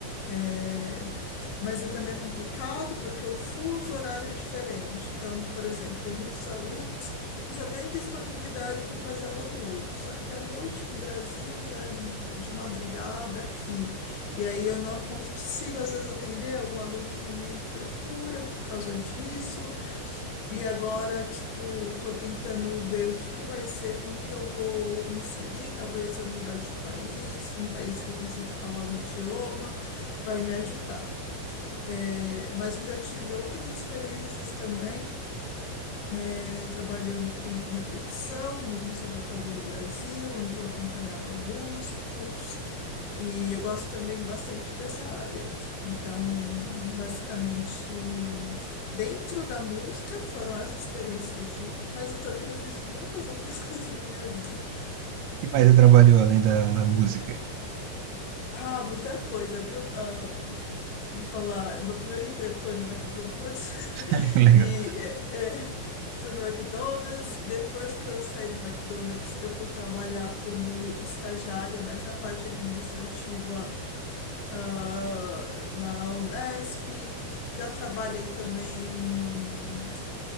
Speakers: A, on the left (about 80°); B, on the right (about 80°).
A: É, mas aí também é complicado porque o fuso horário é diferente. Então, por exemplo, tem muitos alunos e só tem disponibilidade para fazer aula à noite. Só que a noite do Brasil já é de madrugada aqui. E aí eu não consigo, às vezes, atender algum aluno que me procura por causa disso. E agora, tipo, tô tentando ver o que que vai ser, como que eu vou me inserir, talvez eu mudar de país, um país que eu consiga falar o idioma, vai me ajudar. É, mas eu já tive outras experiências também é, trabalhando com correpetição no conservatório no Brasil, onde eu acompanhava músicos, e eu gosto também bastante dessa área. Então, basicamente, dentro da música foram essas experiências que eu tive, mas eu também já fiz muitas outras <laughs> coisas na minha vida.
B: E mais você trabalhou além da, da música?
A: Ah, muita coisa, viu? Ah, Vamos falar, meu primeiro emprego foi no McDonald's <laughs>
B: <laughs> Legal,
A: e é, é, foi no McDonald's. Depois que eu saí do McDonald's, eu fui trabalhar como estagiária, mas na parte administrativa, ah, na Unesp. Já trabalhei também